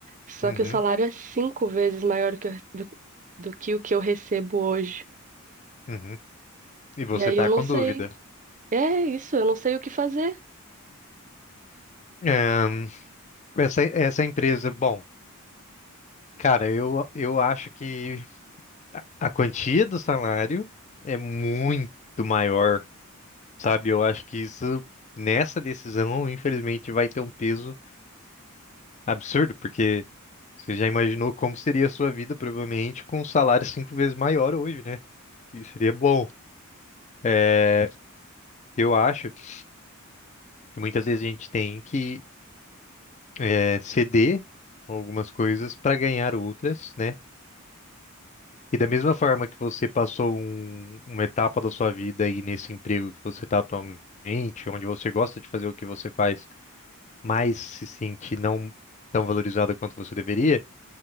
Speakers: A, on the right (about 35°); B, on the left (about 35°).
A: só
B: Uhum.
A: que o salário é cinco vezes maior que eu- do, do que o que eu recebo hoje.
B: Uhum. E você
A: E aí
B: tá
A: eu não
B: com
A: sei,
B: dúvida.
A: é isso, eu não sei o que fazer.
B: Ahn, essa, essa empresa, bom, cara, eu, eu acho que a quantia do salário é muito maior, sabe? Eu acho que isso, nessa decisão, infelizmente, vai ter um peso absurdo, porque você já imaginou como seria a sua vida, provavelmente, com um salário cinco vezes maior hoje, né? Isso seria bom. É, eu acho que muitas vezes a gente tem que é, ceder algumas coisas para ganhar outras, né? E da mesma forma que você passou um- uma etapa da sua vida aí nesse emprego que você está atualmente, onde você gosta de fazer o que você faz, mas se sente não tão valorizado quanto você deveria,